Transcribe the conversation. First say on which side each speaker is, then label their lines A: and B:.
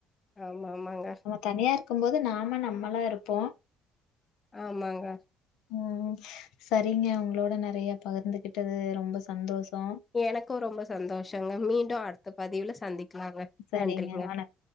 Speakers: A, on the left (about 20°); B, on the left (about 80°).
A: ஆமா ஆமாங்க
B: தனியாருக்கும் போது நாம நம்மளா இருப்போ
A: ஆமாங்க
B: ம் சரிங்க உங்களோட நெறைய பகிர்ந்துகிட்டது ரொம்ப சந்தோஷோ
A: எனக்கு ரொம்ப சந்தோஷங்க மீண்டு அடுத்த பதிவுல சந்திக்கலாங்க
B: சரிங்க.
A: நன்றிங்க
B: வணக்